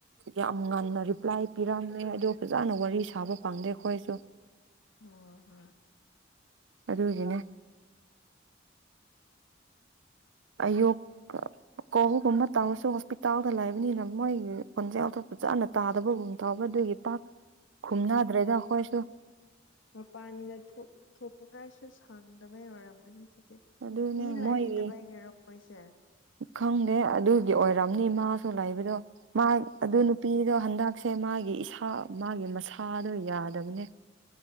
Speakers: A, on the right; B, on the left.
A: ꯌꯥꯝ ꯉꯟꯅ ꯔꯤꯞ ꯄ꯭ꯂꯥꯏ ꯄꯤꯔꯝꯃꯦ ꯑꯗꯣ ꯐꯖꯅ ꯋꯥꯔꯤ ꯁꯥꯕ ꯐꯪꯗꯦ ꯑꯈꯣꯏꯁꯨ
B: ꯎꯝꯍꯝ
A: ꯑꯗꯨꯒꯤꯅꯦ ꯑꯌꯨꯛꯀ ꯀꯣꯍꯨꯒꯨꯝꯕ ꯇꯧꯔꯁꯨ ꯍꯣꯁꯄꯤꯇꯥꯜꯗ ꯂꯩꯕꯅꯤꯅ ꯃꯣꯏꯒꯤ ꯈꯣꯟꯖꯦꯜꯗꯣ ꯐꯖꯅ ꯇꯥꯗꯕꯒꯨꯝ ꯇꯧꯕ ꯑꯗꯨꯒꯤ ꯄꯥꯛ ꯈꯨꯝꯅꯗ꯭ꯔꯦꯗ ꯑꯈꯣꯏꯁꯨ
B: ꯃꯄꯥꯟꯒꯤꯅ ꯊꯣ ꯊꯣꯛꯅꯤꯡꯉꯥꯏꯁꯨ ꯁꯪꯡꯗꯕꯩ ꯑꯣꯏꯔꯝꯒꯅꯤꯗ ꯇꯦ
A: ꯑꯗꯨꯅꯦ
B: ꯃꯤ ꯂꯩꯇꯕꯒꯤꯔ
A: ꯃꯣꯏꯒꯤ
B: ꯈꯣꯏꯁꯦ
A: ꯈꯪꯗꯦ ꯑꯗꯨꯒꯤ ꯑꯣꯏꯔꯝꯅꯤ ꯃꯥꯁꯨ ꯂꯩꯕꯗꯣ
B: ꯑ
A: ꯃꯥꯏ
B: ꯍꯣꯏ
A: ꯑꯗꯨ ꯅꯨ ꯃꯤꯗ ꯍꯟꯗꯛꯁꯦ ꯃꯥꯒꯤ ꯏꯁꯥ ꯃꯥꯒꯤ ꯃꯁꯥꯗꯣ ꯌꯥꯗꯕꯅꯦ